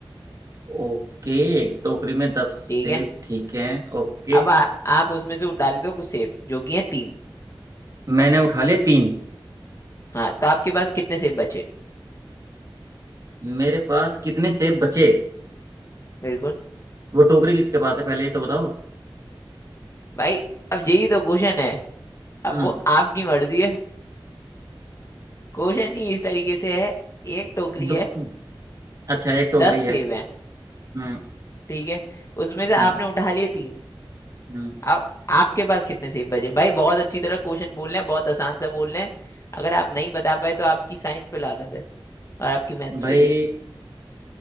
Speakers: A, on the right; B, on the left.
A: ओके एक टोकरी में दस
B: ठीक
A: सेब
B: है
A: ठीक है ओके
B: अब आ, आप उसमें से डाल दो कुछ सेब जो कि है तीन
A: मैंने उठा लिए तीन
B: हाँ तो आपके पास कितने सेब बचे
A: मेरे पास कितने सेब बचे
B: बिल्कुल
A: वो टोकरी किसके पास है पहले ये तो बताओ
B: भाई अब यही तो क्वेश्चन है अब
A: हम्म
B: वो आपकी मर्जी है क्वेश्चन ही इस तरीके से है एक टोकरी
A: दो-
B: है
A: अच्छा एक टोकरी
B: दस
A: है
B: सेब है
A: हम्म
B: ठीक है उसमें से आपने
A: हम्म
B: उठा लिए तीन
A: हम्म
B: अब आपके पास कितने सेब बचे भाई बहुत अच्छी तरह क्वेश्चन बोल रहे हैं बहुत आसान सा बोल रहे हैं अगर आप नहीं बता पाए तो आपकी साइंस पे लानत है और आपकी मैथ्स
A: भाई
B: पे भी